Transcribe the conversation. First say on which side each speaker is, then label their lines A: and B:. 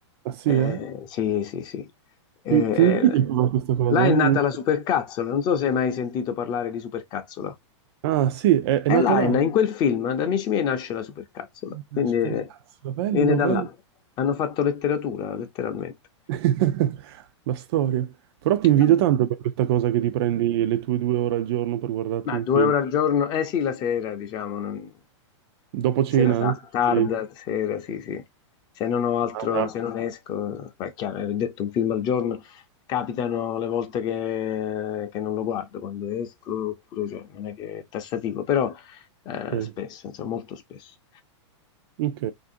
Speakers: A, on the right (about 55°); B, on the left (about 25°).
A: Ah sì,
B: Eh,
A: eh?
B: sì, sì, sì. Eh,
A: Ti, ti invidio
B: eh,
A: per questa cosa,
B: là è
A: eh?
B: nata
A: Un-
B: la supercazzola, non so se hai mai sentito parlare di supercazzola.
A: Ah sì, è, è
B: E
A: nato
B: là,
A: là.
B: è na- in quel film, da Amici miei, nasce la supercazzola, quindi
A: La supercazzo,
B: eh,
A: bello,
B: viene da
A: bello.
B: là. Hanno fatto letteratura, letteralmente.
A: <laughs> La storia. Però ti invidio
B: Vabbè.
A: tanto per questa cosa che ti prendi le tue due ore al giorno per guardarti
B: Ma
A: un
B: due
A: film.
B: euro al giorno? Eh sì, la sera, diciamo. non-
A: Dopo cena?
B: Sera ta-
A: eh?
B: tarda,
A: Quindi-
B: sera, sì, sì. Se non ho altro,
A: Ah, ah,
B: se non esco, beh, è chiaro, ho detto un film al giorno, capitano le volte che, che non lo guardo quando esco, oppure cioè, non è che è tassativo, però eh,
A: ok.
B: spesso, insomma, molto spesso.
A: Ok.